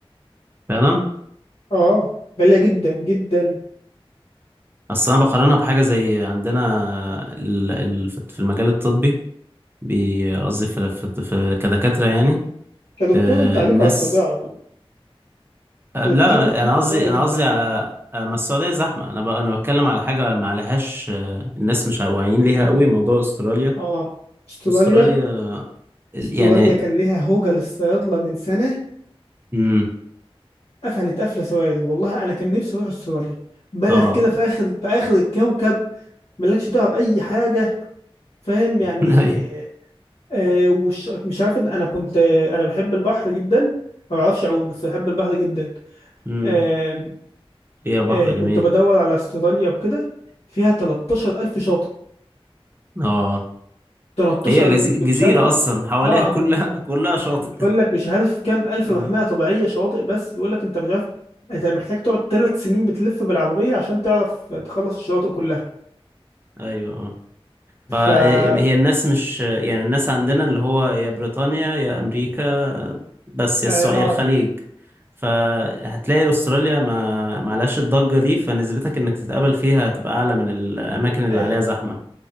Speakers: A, on the right; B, on the left.
A: فعلا
B: اه غاليه جدا جدا
A: أصل أنا بقارنها بحاجة زي عندنا ال... ال... في في المجال الطبي بي- قصدي في... في... في كدكاترة يعني
B: كدكتور
A: آه،
B: انت عليكوا
A: الناس
B: على السعوديه على طول
A: آه،
B: بتاخدوا
A: لا
B: فلوس
A: أنا
B: محترمه
A: قصدي أنا
B: جدا
A: قصدي على
B: جدا
A: آه، ما السعودية زحمة أنا ب... أنا بتكلم على حاجة ما عليهاش آه، الناس مش واعيين ليها قوي موضوع أستراليا
B: اه استراليا
A: أستراليا يعني
B: استراليا كان ليها هوجة للصيادلة من سنة
A: امم
B: قفلت قفلة سواد والله أنا كان نفسي أروح استراليا بلد
A: اه
B: كده في آخر في آخر الكوكب ملكش دعوة بأي حاجة فاهم يعني
A: <laughs> ايوه
B: آه آه، وش مش عارف إن أنا كنت آه أنا بحب البحر جدا ما بعرفش أعوم بس بحب البحر جدا
A: امم
B: آه
A: فيها بحر
B: آه كنت
A: جميل
B: بدور على استراليا وكده فيها 13000 شاطئ
A: اه
B: 13000
A: هي جز... جزيرة
B: مش عارف
A: أصلا حواليها
B: اه
A: كلها
B: آه.
A: <laughs> كلها شاطئ
B: بيقول لك مش عارف كام الف
A: آه.
B: محميه طبيعيه شواطئ بس بيقول لك انت مش عارف انت محتاج تقعد ثلاث سنين بتلف بالعربيه عشان تعرف تخلص الشواطئ كلها
A: أيوه اه فهي
B: ف اه
A: الناس مش يعني الناس عندنا اللي هو يا بريطانيا يا أمريكا بس يا
B: اه
A: السعودية الخليج فهتلاقي أستراليا ما معلهاش الضجة دي فنسبتك إنك تتقبل فيها هتبقى أعلى من الأماكن اللي
B: آه.
A: عليها زحمة